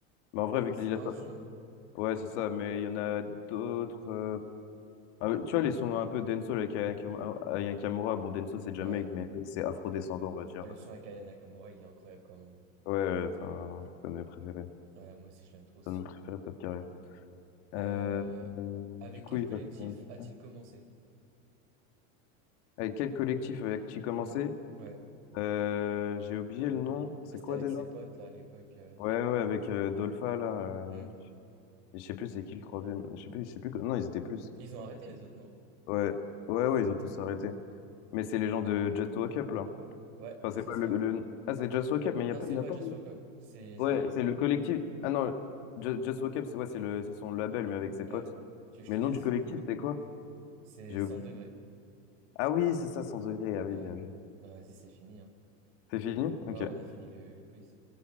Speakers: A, on the left; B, on the right.
A: Mais en vrai,
B: Ah, mais
A: vu
B: c'est
A: qu'il a...
B: un son.
A: Ouais, c'est ça, mais il y en a d'autres... euh, ah, tu vois, les sons un peu dancehall avec Aya Kam- Aya Kamura. Bon, dancehall, c'est Jamaïque,
B: Ouais.
A: mais c'est afro-descendant, on va dire.
B: Ah, le son avec Aya Nakamura, il est incroyable quand même. hein.
A: Ouais, ouais, enfin, c'est un de mes préférés.
B: Ouais, moi aussi, je l'aime trop ce
A: C'est un
B: son.
A: de mes préférés de cette carrière. Euh,
B: Euh,
A: euh,
B: avec
A: du coup,
B: quel
A: il
B: collectif
A: va une question.
B: a-t-il commencé?
A: Avec quel collectif avec-tu commencé?
B: Ouais.
A: Euh, j'ai oublié le nom. C'est
B: Ça, c'était
A: quoi
B: avec
A: déjà?
B: ses potes, là, à l'époque. euh.
A: Ouais, ouais, avec euh, Dolpha, là. euh,
B: Hmm.
A: Et je sais plus c'est qui le troisième. Je sais plus, je sais plus. que- Non, ils étaient plus.
B: Ils ont arrêté les autres, non?
A: Ouais, ouais, ouais, ils ont tous arrêté. Mais c'est les gens de Just Walk Up, là.
B: Ouais,
A: Enfin, c'est
B: c'est
A: pas
B: ça.
A: le, le- Ah, c'est Just Walk Up, mais il y
B: Non,
A: a, pas-
B: c'est
A: il a
B: pas
A: pas.
B: Just Wake Up, c'est c'est
A: Ouais,
B: un autre
A: c'est
B: nom.
A: le collectif. Ah non, Ju- Just, Walk Up, c'est ouais, c'est le, c'est son label, mais avec ses potes.
B: Ouais. Tu veux
A: Mais
B: que je
A: le
B: te dise?
A: nom du collectif, c'est quoi?
B: C'est
A: J'ai
B: 100
A: oublié.
B: degrés.
A: Ah oui, c'est ça, 100 degrés. Ah oui,
B: Ouais.
A: bien vu.
B: Bah vas-y, c'est fini, hein.
A: C'est fini? Ok.
B: Ouais, on a fini le, le quiz.